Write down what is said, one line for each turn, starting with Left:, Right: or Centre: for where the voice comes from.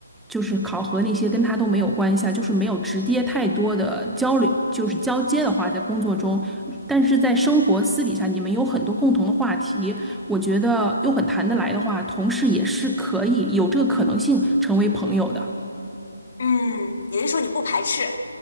Centre: 就是考核那些跟他都没有关系啊，就是没有直接太多的交流，就是交接的话，在工作中，但是在生活私底下，你们有很多共同的话题，我觉得又很谈得来的话，同事也是可以有这个可能性成为朋友的。
Left: 嗯，也就是说你不排斥。